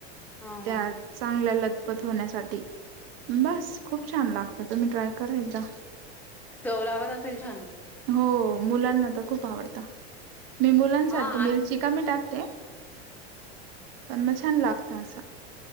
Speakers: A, in the centre; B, on the right.
A: हां.
B: त्या चांगल्याला पठवण्यासाठी बस खूप छान लागत तुम्ही ट्राय करा एकदा
A: चव लावात असेल छान.
B: हो मुलांना तर खूप आवडत मी मुलांसाठी
A: हां आम
B: मरी चिका मी टाकते. पण मग छान लागत असा.